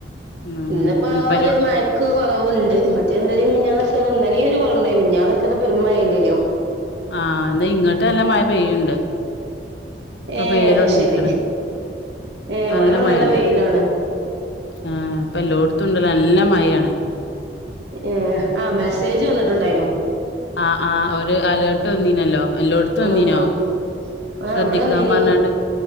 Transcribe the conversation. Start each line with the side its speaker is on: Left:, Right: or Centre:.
Left: ഉം
Right: ഇന്ന്പ്പോ
Left: പരു
Right: ഒരു മഴ ക്ക്‌ കുറവ്ണ്ട് മറ്റെ ഇന്നലിം മിഞ്ഞാന്നൊക്കെ ണ് ഇന്നലിം ഒരു കുറവ്ണ്ടായ്നിം മിഞ്ഞാന്നൊക്കെ ന്ന പെരും മഴല്ലേന്നോ
Left: ആഹ് ഇന്ന ഇങ്ങട്ട് നല്ല മഴ പെയ്യ്ണ്ട് പ്പ
Right: ഏഹ്
Left: പെയ്യലോടങ്ങീക്ക്ണ്
Right: അത് ശരി ഏഹ്
Left: നല്ല
Right: ഇവിടെന്നാ
Left: മഴണ്ട്
Right: വെയിലാണ്
Left: ആഹ് ഇപ്പൊ എല്ലോട്ത്തുംണ്ട് നല്ല മഴാണ്
Right: ഏഹ് ആഹ് മെസ്സേജ് വന്നിട്ടുണ്ടായിനു
Left: ആഹ് ആഹ് ഒരു അലേർട്ട് വന്നീനല്ലോ എല്ലോടത്തും വന്നീനോ
Right: ഉം ഉം ആഹ്
Left: ശ്രദ്ധിക്കാൻ
Right: ഇവിടെ വന്നീനി
Left: പറഞ്ഞാണ്ട്